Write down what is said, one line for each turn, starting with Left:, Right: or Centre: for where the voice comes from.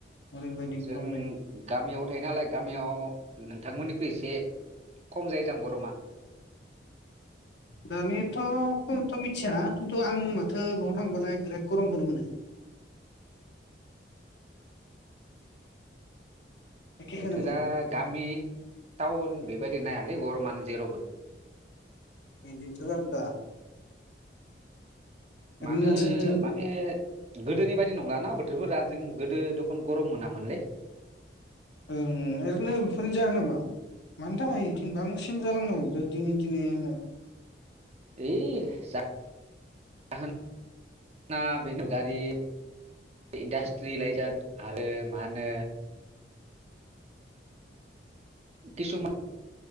Left: ओरैबायदि
Right: औ जों
Left: गरम जायो
Right: गामियाव थायो नालाय गामियाव नोंथांमोननिख्रुइ इसे खम जायो जां गरमा
Left: दानियाथ' खमथ' मिथिया खिन्थु आं माथो न'आव थांबालाय बिराद गरमखौनो मोनो। एखेखौनो
Right: बोथोरा
Left: मोनो
Right: गामि टाउन बेबायदि नायाल है गरमानो जेरावबो।
Left: एदिनथ' जादो दा। ओरैनो
Right: मानो
Left: नोंसोरनिथिं
Right: माने गोदोनि बायदि नंलाना बोथोरफोरा जों गोदो दखन गरम मोनामोनलै।
Left: ओम ओरैनो बेफोरनो जाहोना मा मानि थाखाय इथिं बां सिन जालांनो हमलों दिनै दिनेनो
Right: ओइ <unintelligible> बेनो गारि इन्डास्ट्रि लायजार आरो मा होनो। किसुमान